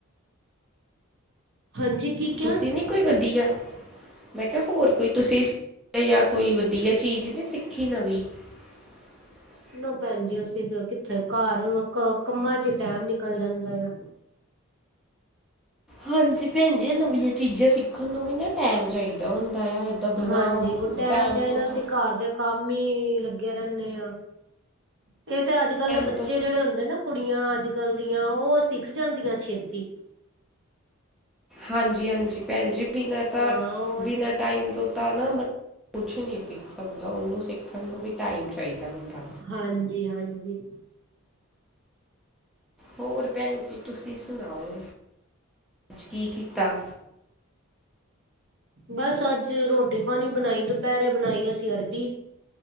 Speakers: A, on the right; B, in the centre.
A: ਹਾਂਜੀ। ਕੀ ਕਿਹਾ
B: ਤੁਸੀਂ ਨਹੀਂ ਕੋਈ ਵਧੀਆ ਮੈਂ ਕਿਹਾ ਹੋਰ ਕੋਈ ਤੁਸੀਂ ਜਾਂ ਕੋਈ ਵਧੀਆ ਚੀਜ਼ ਹੀ ਨਹੀਂ ਸਿੱਖੀ ਨਵੀਂ? <inaudible>
A: ਨਾ ਭੈਣ ਜੀ ਅਸੀਂ ਕਿੱਥੇ ਘਰ ਕੰਮਾਂ ਚ ਹੀ ਟੈਮ ਨਿਕਲ ਜਾਂਦਾ ਆ।
B: ਹਾਂਜੀ, ਭੈਣ ਜੀ ਇਹ ਨਵੀਆਂ ਚੀਜ਼ਾਂ ਸਿੱਖਣ ਨੂੰ ਵੀ ਨਾ ਟਾਈਮ ਚਾਹੀਦਾ ਹੁੰਦਾ ਆ ਬਿਨਾ
A: ਹਾਂਜੀ, ਉਹ ਟੈਮ
B: ਟਾਈਮ
A: ਚਾਹੀਦਾ
B: ਤੋਂ ਤਾਂ
A: ਅਸੀ ਘਰ ਦੇ ਕੰਮ ਹੀ ਲੱਗੇ ਰਹਿੰਨੇ ਆ, ਇਹ ਤੇ ਅੱਜ-ਕੱਲ
B: ਟਾਈਮ
A: ਦੇ ਬੱਚੇ
B: ਤੋਂ
A: ਜਿਹੜੇ ਹੁੰਦੇ ਨਾ ਕੁੜੀਆਂ ਅੱਜ- ਕੱਲ ਦੀਆਂ, ਉਹ ਸਿੱਖ ਜਾਂਦੀਆਂ ਛੇਤੀ।
B: ਹਾਂਜੀ- ਹਾਂਜੀ ਭੈਣ ਜੀ, ਬਿਨਾਂ ਤਾਂ
A: ਹਾਂ ਉਹ
B: ਬਿਨਾਂ ਟਾਈਮ ਤੋਂ ਤਾਂ ਨਾ ਬ, ਕੁਛ ਨਹੀਂ ਸਿੱਖ ਸਕਦਾ, ਉਹਨੂੰ ਸਿੱਖਣ ਨੂੰ ਵੀ ਟਾਈਮ ਚਾਹੀਦਾ ਹੁੰਦਾ।
A: ਹਾਂਜੀ- ਹਾਂਜੀ
B: ਹੋਰ ਭੈਣ ਜੀ ਤੁਸੀਂ ਸੁਣਾਓ, ਅੱਜ ਕੀ ਕੀਤਾ।
A: ਬਸ ਅੱਜ ਰੋਟੀ ਪਾਣੀ ਬਣਾਈ, ਦੁਪਹਿਰੇ ਬਣਾਈ ਅਸੀਂ ਅਰਬੀ